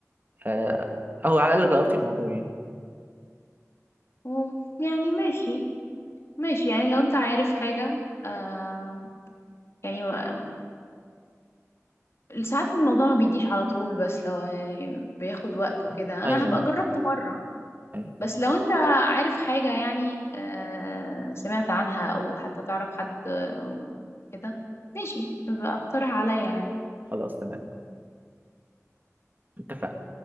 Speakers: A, on the right; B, on the left.
A: آه، او على الاقل جربتي الموضوع يعني
B: و- يعني ماشي ماشي يعني لو انت عارف حاجه آه يعني ما- ساعات الموضوع ما بيجيش على طول بس لو يعني بياخد وقت وكده انا
A: اي يعني
B: هبقى جربت مره
A: أي.
B: بس لو انت عارف حاجة يعني آه، سمعت عنها او حتى تعرف حد آه، كده ماشي يبقى اقترح عليا يعني
A: خلاص تمام اتفقنا